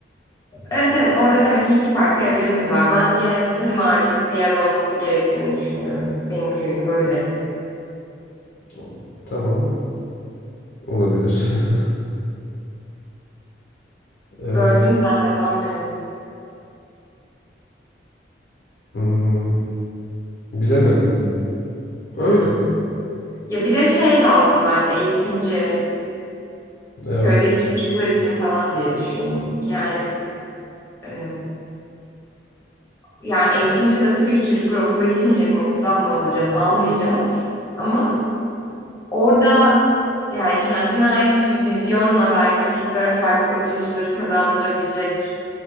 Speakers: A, on the left; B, on the left.
A: Evet evet orada demek ki iki farklı evrenimiz var. Ben genelde tarım ağırlıklı bir yer olması gerektiğini düşünüyorum. Benim köyüm böyle.
B: O- Tamam olabilir. <laughs> Ee,
A: Böldüm sen devam et.
B: hmm, bilemedim. Öyle.
A: Hmm. Ya bir de şey lazım bence eğitimci.
B: Evet.
A: köydeki çocuklar için falan diye düşündüm. Yani e, yani eğitimci de tabii ki çocuklar okula gitmeyecek mi? Okuldan mı alacağız? Almayacağız. Ama orada yani kendine ait bir vizyonla belki çocuklara farklı bakış açıları kazandırabilecek